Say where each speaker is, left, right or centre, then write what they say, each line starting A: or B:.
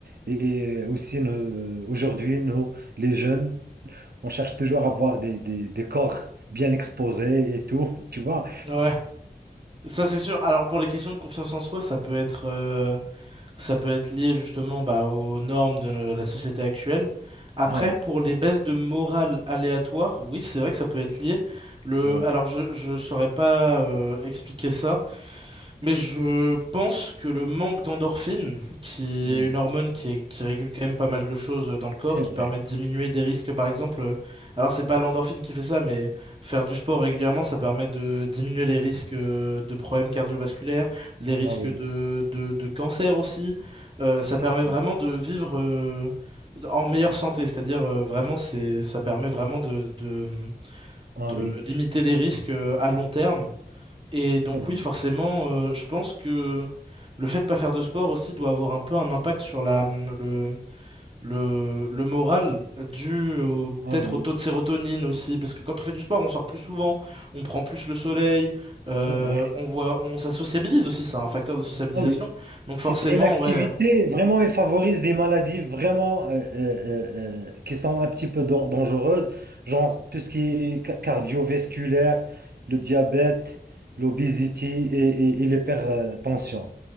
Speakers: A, on the right (about 75°); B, on the right (about 35°).
A: Et aussi, nous, euh, aujourd'hui, nous, les jeunes, on cherche toujours à avoir des, des- des corps bien exposés et tout, <laughs> tu vois.
B: ouais. Ça, c'est sûr. Alors, pour les questions de confiance en soi, ça peut être, euh, ça peut être lié justement bah, aux normes de la société actuelle. Après,
A: Ouais,
B: pour les baisses de morale aléatoires, oui, c'est vrai que ça peut être lié. Le...
A: ouais,
B: Alors, je ne saurais pas euh, expliquer ça, mais je pense que le manque d'endorphine, qui
A: hmm,
B: est une hormone qui, est- qui régule quand même pas mal de choses dans le corps,
A: c'est
B: qui
A: vrai.
B: permet de diminuer des risques, par exemple. euh, Alors, c'est pas l'endorphine qui fait ça, mais faire du sport régulièrement, ça permet de diminuer les risques euh, de problèmes cardiovasculaires les risques
A: Ah oui,
B: de, de- de cancer aussi. Euh,
A: si,
B: ça
A: si,
B: permet
A: si.
B: vraiment de vivre euh, en meilleure santé, c'est-à-dire euh, vraiment, c'est, ça permet vraiment de, de-
A: Ah
B: de
A: oui,
B: limiter les risques euh, à long terme. Et donc
A: c'est vrai.
B: oui, forcément, euh, je pense que le fait de pas faire de sport aussi doit avoir un peu un impact sur la, le, le, le moral dû au-
A: Ah
B: peut-être
A: oui,
B: au taux de sérotonine aussi, parce que quand on fait du sport, on sort plus souvent, on prend plus le soleil, euh,
A: c'est vrai.
B: on voit, on, ça sociabilise aussi, c'est un facteur de sociabilisation.
A: Ah oui.
B: Donc
A: Cette
B: forcément,
A: inactivité,
B: ouais,
A: vraiment, elle favorise des maladies vraiment euh, euh, euh, euh, qui sont un petit peu dan- dangereuses, genre tout ce qui est ca- cardiovasculaire, le diabète, l'obésité et, et- et l'hypertension.